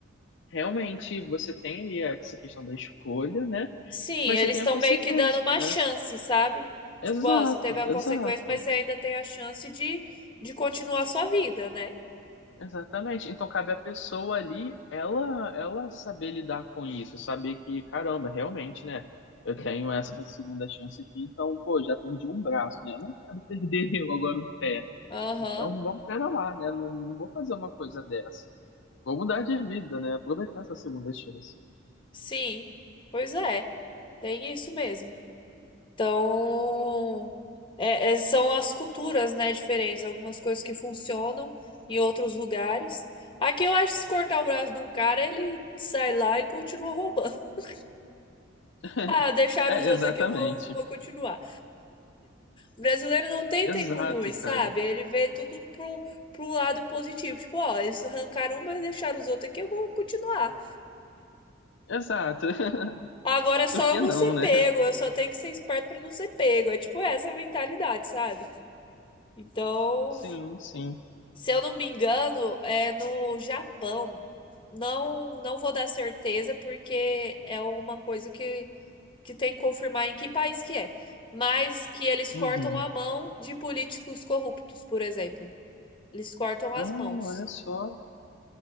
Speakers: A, on the left; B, on the left.
A: realmente você tem ali essa questão da escolha, né?
B: Sim,
A: Mas
B: eles
A: você tem
B: estão
A: a consequência,
B: meio que dando uma
A: né?
B: chance, sabe? Tipo,
A: Exato,
B: ó, você teve a consequência,
A: exato,
B: mas você ainda tem a chance de, de continuar a sua vida, né?
A: exatamente. Então cabe à pessoa ali, ela, ela saber lidar com isso, saber que, caramba, realmente, né? Eu tenho essa segunda chance aqui, então, pô, já perdi um braço, né? Eu não quero perder <laughs> agora o pé.
B: Aham,
A: Então, vamos pera lá, né? Não, não vou fazer uma coisa dessa. Vou mudar de vida, né? Aproveitar essa segunda chance.
B: sim. Pois é, tem isso mesmo. Então, é- é- são as culturas, né, diferentes. Algumas coisas que funcionam em outros lugares. Aqui eu acho que se cortar o braço de um cara, ele sai lá e continua roubando. <laughs>
A: <laughs>
B: Ah, deixaram
A: É,
B: os outros
A: exatamente.
B: aqui, eu vou, vou continuar. O brasileiro não tem
A: Exato,
B: tempo ruim, sabe?
A: cara.
B: Ele vê tudo pro, pro lado positivo. Tipo, ó, eles arrancaram um, mas deixaram os outros aqui, eu vou continuar.
A: Exato.
B: Agora
A: <laughs>
B: é só
A: Por que
B: eu não
A: não,
B: ser
A: né?
B: pego, eu só tenho que ser esperto pra não ser pego. É tipo essa a mentalidade, sabe? Então,
A: Sim, sim.
B: se eu não me engano, é no Japão. Não, não vou dar certeza, porque é uma coisa que, que tem que confirmar em que país que é. Mas que eles
A: Uhum.
B: cortam a mão de políticos corruptos, por exemplo. Eles cortam as
A: Ah,
B: mãos.
A: olha só.